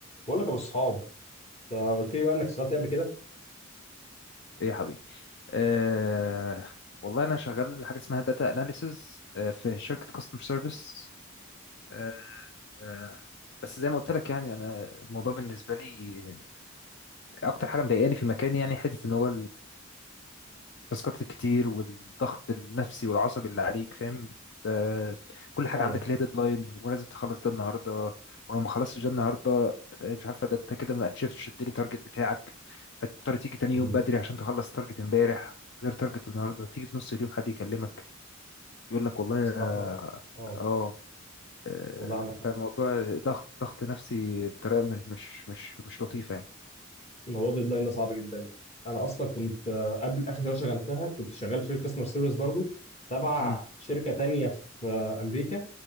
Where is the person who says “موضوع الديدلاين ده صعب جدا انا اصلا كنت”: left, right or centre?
Left